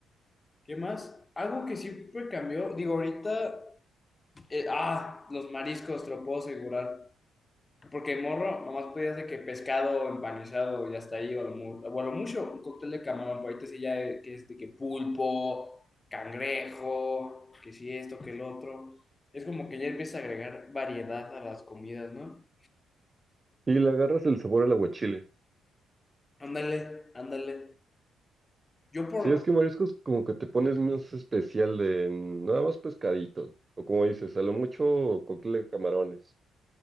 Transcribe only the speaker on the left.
¿qué más? Algo que siempre cambió, digo, ahorita, eh, ah, los mariscos, te lo puedo asegurar. Porque morro, nomás podías de que pescado empanizado y hasta ahí, o a lo, mu- o a lo mucho, un cóctel de camarón, pero ahorita sí ya eh, que es de que pulpo, cangrejo, que sí esto, que el otro. Es como que ya empieza a agregar variedad a las comidas, ¿no?
Ándale, ándale. Yo por...